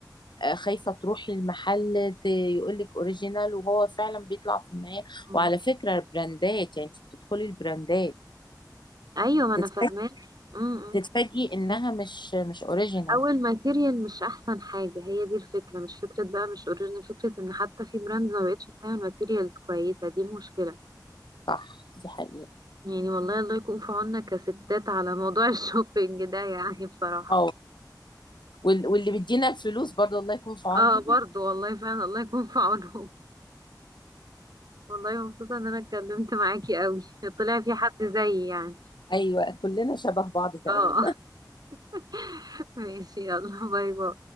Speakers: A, on the left; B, on the right.
A: خايفة تروحي المحل يقول لك اوريجينال وهو فعلا بيطلع في النهاية
B: مم.
A: وعلى فكرة البراندات يعني انت بتدخلي البراندات
B: ايوه ما انا
A: تتفاجئي
B: فاهماك مم. مم.
A: تتفاجئي انها مش مش اوريجينال
B: اول ماتيريال مش احسن حاجه هي دي الفكره مش فكره بقى مش اوريجينال فكره ان حتى في براندز ما بقتش بتعمل ماتيريالز كويسه دي المشكله
A: صح دي حقيقة
B: يعني والله الله يكون في عوننا كستات على موضوع <laughs> الشوبينج ده يعني بصراحة
A: اه وال- واللي بيدينا الفلوس برضه الله يكون في عونهم
B: اه برضو والله فعلا الله يكون في عونهم والله مبسوطة ان انا اتكلمت معاكي قوي طلع في حد زيي يعني
A: ايوه كلنا شبه بعض تقريبا
B: اه <laughs> ماشي يلا باي باي